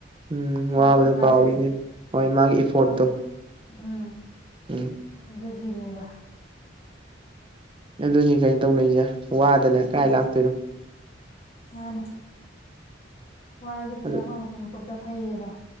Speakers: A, on the right (about 30°); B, on the left (about 35°).
A: ꯎꯝ
B: ꯄꯩꯁꯥꯗꯨ
A: ꯋꯥꯕꯗꯣ
B: ꯎꯔꯀꯥꯟꯗꯗꯤ
A: ꯀꯥꯎꯏꯅꯦ ꯍꯣꯏ ꯃꯥꯒꯤ ꯏꯐꯣꯔꯠꯇꯣ
B: ꯋꯥꯕ ꯎꯝ
A: ꯎꯝ
B: ꯑꯗꯨꯒꯤꯅꯦꯕ
A: ꯑꯗꯨꯅꯤ ꯀꯩꯅꯣ ꯇꯧꯅꯩꯖꯦ ꯋꯥꯗꯅ ꯀꯥꯏ
B: ꯎꯝ
A: ꯂꯥꯛꯇꯣꯏꯅꯣ
B: ꯃꯥꯅꯦ ꯋꯥꯔꯖꯨ ꯄꯩꯁꯥ
A: ꯑꯗꯨ
B: ꯐꯪꯉꯛꯄ ꯃꯤꯀꯨꯞꯇ ꯐꯩꯌꯦꯗꯣ